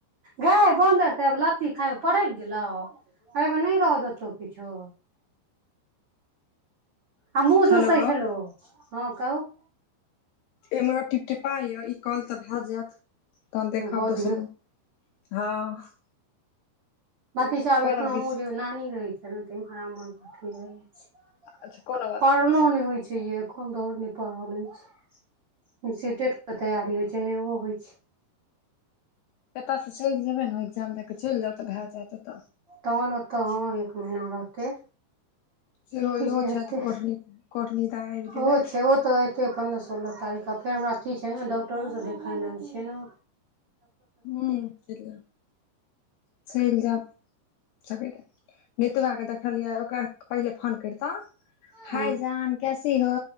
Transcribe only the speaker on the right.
गाय बन्दर त लत्ती खाय परइक गेलाव, एहि मे नै रह देतौ किछो आ मुँह
दुसै छलौ हँ कहु
हो
दियौ
बथी छै आब एखन
हमु
जेबई नानी रहै छै ने। इमहर आमहर अथी रहै
पढ़लो
नै होइ छै यै एखन आओड़ नै पड़हल होई छै सीटेट के तैयारी होय छै ने ओ होय छै
तहन ओतऽ हँ एक महिना रहतै।
जे
हेतै
ओ छै ओ त एत अपन पन्द्र सोलह तारीखक फेर हमरा अथी छै न डॉक्टरोसँ देखेनाइ छै न
हँ